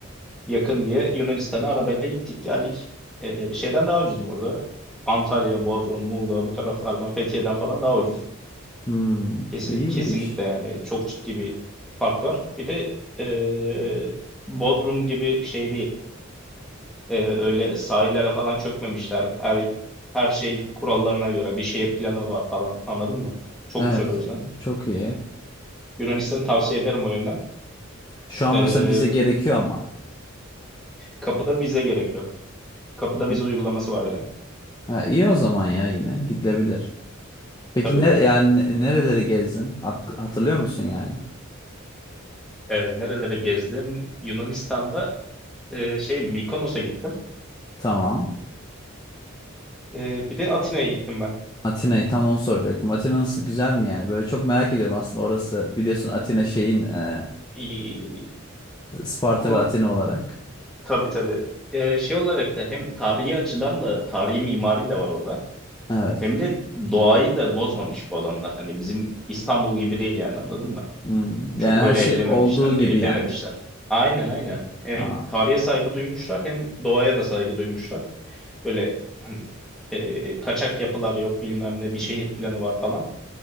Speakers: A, in the centre; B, on the left.
A: yakın diye Yunanistan'a arabayla gittik geldik. Ee, şeyden daha ucuz bu arada. Antalya, Bodrum, Muğla bu taraflardan Fethiye'den falan daha ucuz.
B: Hmm,
A: Kesin,
B: iyiymiş.
A: kesinlikle yani çok ciddi bir fark var. Bir de ee, Bodrum gibi şey değil. Ee, öyle sahillere falan çökmemişler. Her her şey kurallarına göre bir şehir planı var falan anladın mı? Çok
B: Evet,
A: güzel o yüzden.
B: çok iyi.
A: Yunanistan'ı tavsiye ederim o yönden.
B: Şu an
A: Ee,
B: mesela vize gerekiyor ama.
A: kapıda vize gerekiyor. Kapıda vize
B: Hı.
A: uygulaması var yani.
B: Ha, iyi o zaman ya yine gidilebilir. Peki
A: Tabii.
B: nere yani nerelere gezdin? Ak- hatırlıyor musun yani?
A: E, nerelere gezdim? Yunanistan'da e, şey Mikonos'a gittim.
B: Tamam.
A: E, bir de Atina'ya gittim ben.
B: Atina'yı tam onu soracaktım. Atina nasıl güzel mi yani? Böyle çok merak ediyorum aslında orası. Biliyorsun Atina şeyin e,
A: İyi.
B: Sparta
A: Or-
B: ve Atina olarak.
A: Tabii tabii. E, şey olarak da hem tarihi açıdan da tarihi mimari de var orada.
B: Evet.
A: Hem de doğayı da bozmamış bu adamlar. Hani bizim İstanbul gibi değil yani anladın mı?
B: Hmm.
A: Çok
B: Yani
A: böyle
B: her şey
A: ellememişler,
B: olduğu gibi
A: ellememişler.
B: yani.
A: Aynen aynen. Hem
B: Aa,
A: tarihe saygı duymuşlar hem doğaya da saygı duymuşlar. Böyle hani e, kaçak yapılar yok bilmem ne bir şehir planı var falan.